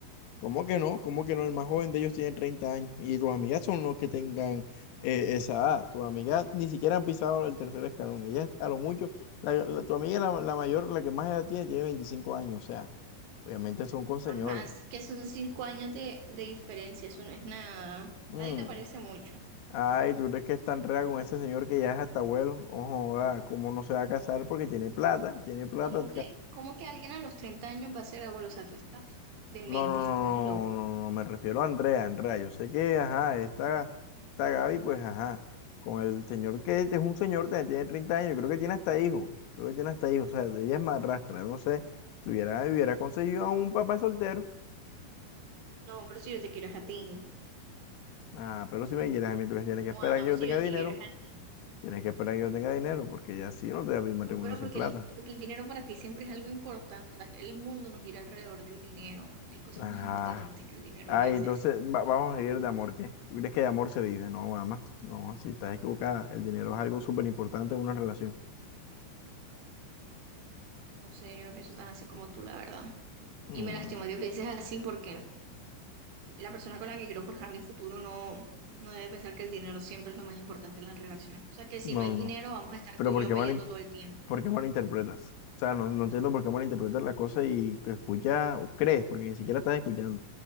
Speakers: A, on the left; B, on the right.
A: ¿Cómo que no? ¿Cómo que no? El más joven de ellos tiene 30 años y tus amigas son los que tengan eh, esa edad. Tus amigas ni siquiera han pisado el tercer escalón. Ellas a lo mucho, la- la- tu amiga la, la mayor, la que más edad tiene, tiene 25 años. O sea, obviamente son con señores.
B: Ajá, es que son cinco años de, de diferencia, eso no es nada.
A: Mm.
B: ¿A ti te parece mucho?
A: Ay, ¿tú crees que es tan rea con ese señor que ya es hasta abuelo? Ojo, ah, ¿cómo no se va a casar? Porque tiene plata, tiene plata,
B: ¿Cómo que, cómo que alguien a los 30 años va a ser abuelo? O sea, tú estás demente,
A: No, no, no,
B: estás loco.
A: no, no, no, me refiero a Andrea, Andrea, yo sé que, ajá, esta, esta Gaby, pues, ajá, con el señor que es un señor, te- tiene 30 años, creo que tiene hasta hijo, creo que tiene hasta hijo, o sea, ella es madrastra, no sé, tuviera, hubiera conseguido a un papá soltero,
B: No, pero si yo te quiero es a ti.
A: ah, pero si me quieres a mí, entonces tienes
B: ¿Cómo
A: que esperar
B: hago
A: que yo
B: si
A: tenga
B: yo
A: dinero,
B: te quiero es a ti?
A: tienes que esperar que yo tenga dinero, porque ya sí, yo no te voy a pedir
B: No,
A: matrimonio
B: pero
A: sin
B: porque
A: plata,
B: el, porque el dinero para ti siempre es algo importante. O sea, el mundo nos gira alrededor del dinero. Hay cosas
A: ah,
B: más importantes que el dinero
A: ay,
B: a veces.
A: entonces, va- vamos a ir de amor, ¿qué? ¿Tú crees que de amor se vive? No, mamá, no, así estás equivocada, el dinero es algo súper importante en una relación.
B: No sé, yo no pienso tan así como tú, la verdad.
A: Mm,
B: Y me lastima que pienses así porque la persona con la que quiero forjar mi futuro no, no debe pensar que el dinero siempre es lo más importante en la relación. O sea, que si
A: no,
B: no hay
A: no.
B: dinero, vamos a estar
A: Pero
B: tú y
A: ¿por
B: yo
A: qué
B: peleando
A: mal,
B: todo el tiempo.
A: por qué malinterpretas? O sea, no, no entiendo por qué malinterpretas la cosa y te escuchas o crees, porque ni siquiera estás escuchando.